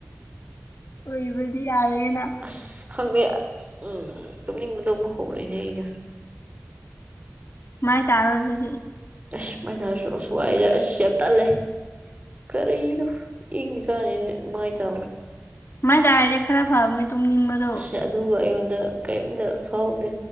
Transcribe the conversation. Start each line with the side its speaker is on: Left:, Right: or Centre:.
Left: ꯑꯣꯏꯕꯗꯤ ꯌꯥꯔꯦꯅ
Right: ꯑꯁ ꯈꯪꯗꯦ ꯎꯝ ꯇꯨꯝꯅꯤꯡꯕꯗꯕ ꯍꯧꯔꯛꯏꯅꯦ ꯑꯩꯅ
Left: ꯃꯥꯏ ꯇꯥꯔꯣ ꯑꯗꯨꯗꯤ
Right: ꯑꯁ ꯃꯖꯥꯁꯨ ꯁꯋꯥꯏꯁ ꯌꯥ ꯇꯂꯦ ꯈꯔꯗ ꯏ ꯆꯦ ꯃꯥꯥꯏ ꯆ
Left: ꯃꯥꯏ ꯇꯗꯥꯏꯔꯦ ꯈꯔ ꯐꯥꯕꯅꯦ ꯇꯨꯡꯕꯗ
Right: ꯑꯁ ꯑꯗꯨꯒ ꯑꯩꯉꯣꯟꯗ ꯀꯔꯤꯝꯇ ꯐꯥꯎꯗꯦ